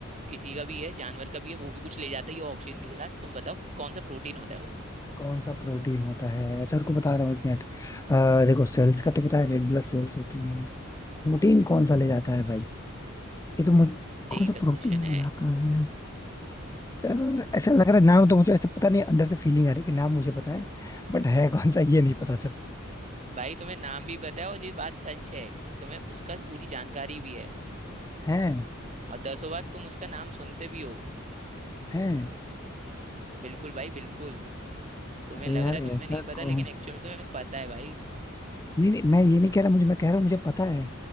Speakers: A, on the right (about 35°); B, on the left (about 15°).
A: किसी का भी है जानवर का भी है वो भी कुछ ले जाता है ये ऑक्सीजन के साथ तुम बताओ कौन सा प्रोटीन होता है वो
B: कौन सा प्रोटीन होता है अच्छा रुको बता रहा हूँ एक मिनट अ, देखो सेल्स का तो पता है रेड ब्लड सेल्स होती है प्रोटीन कौन सा ले जाता है भाई ये तो मुझे
A: यही
B: कौन सा
A: तो
B: प्रोटीन
A: क्वेश्चन है
B: ले जाता है यार, ऐसा लग रहा है नाम तो मुझे ऐसा पता नहीं अंदर से फीलिंग आ रही है कि नाम मुझे पता है बट है कौन सा ये नहीं पता सिर्फ
A: भाई तुम्हें नाम भी पता है और ये बात सच है तुम्हें उसका पूरी जानकारी भी है
B: है
A: और दसों बार तुम उसका नाम सुनते भी हो
B: है
A: बिल्कुल भाई बिल्कुल तुम्हें
B: अरे
A: लग
B: यार
A: रहा है तुम्हें
B: ऐसा
A: नहीं पता
B: कौन
A: लेकिन एक्चुअली तुम्हें पता है भाई
B: नहीं नहीं मैं ये नहीं कह रहा मुझे मैं कह रहा हूँ मुझे पता है